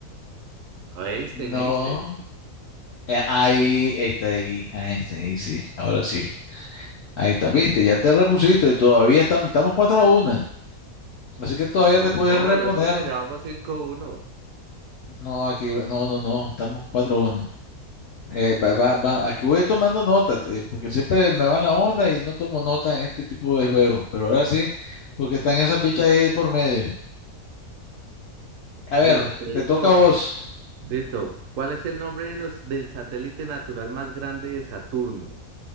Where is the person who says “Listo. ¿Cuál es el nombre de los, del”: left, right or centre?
Right